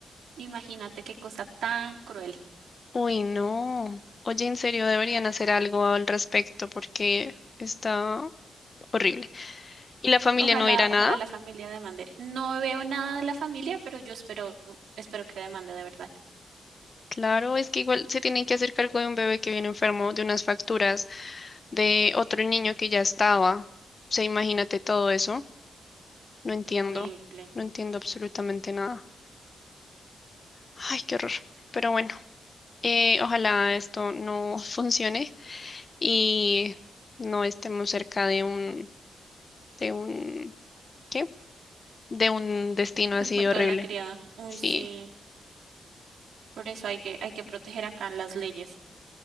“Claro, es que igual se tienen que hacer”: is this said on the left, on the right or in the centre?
Left